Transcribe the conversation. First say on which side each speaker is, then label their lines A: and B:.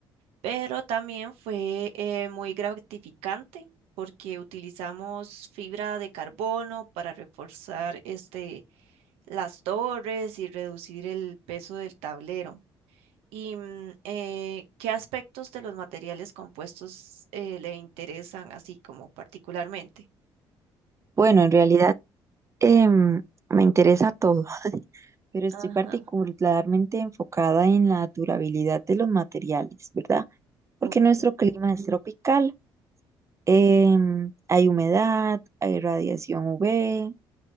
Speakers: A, on the right; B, on the right.
A: pero también fue eh, muy gratificante porque utilizamos fibra de carbono para reforzar este, las torres y reducir el peso del tablero. ¿Y mm, eh, qué aspectos de los materiales compuestos eh, le interesan así como particularmente?
B: Bueno, en realidad em, me interesa todo, pero estoy
A: Ajá,
B: particularmente enfocada en la durabilidad de los materiales, ¿verdad? Porque
A: ok.
B: nuestro clima es tropical, em, hay humedad, hay radiación UV,